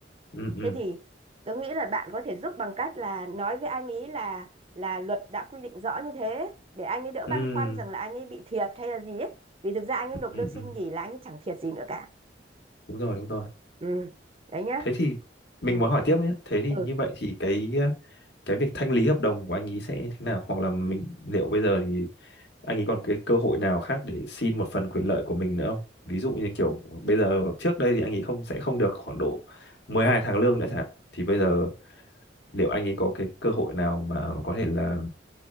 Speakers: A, on the left; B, on the right.
A: ừ ừ
B: thế thì tớ nghĩ là bạn có thể giúp bằng cách là nói với anh ấy là là luật đã quy định rõ như thế để anh ấy đỡ
A: ừ
B: băn khoăn rằng là anh ấy bị thiệt hay là gì ấy vì thực ra anh ấy nộp
A: ừ
B: đơn xin
A: ừ.
B: nghỉ là anh ấy chẳng thiệt gì nữa cả
A: đúng rồi đúng rồi
B: ừ đấy nhá
A: thế thì mình
B: ừ
A: muốn hỏi tiếp nhé thế thì
B: ừ
A: như vậy thì cái ờ, cái việc thanh lý hợp đồng của anh ý sẽ thế nào hoặc là mình liệu bây giờ thì anh ấy còn cái cơ hội nào khác để xin một phần quyền lợi của mình nữa không ví dụ như kiểu bây giờ trước đây thì anh ấy không sẽ không được khoảng độ 12 tháng lương nữa chẳng hạn thì bây giờ
B: ừ
A: liệu anh ấy có cái cơ hội nào mà có thể là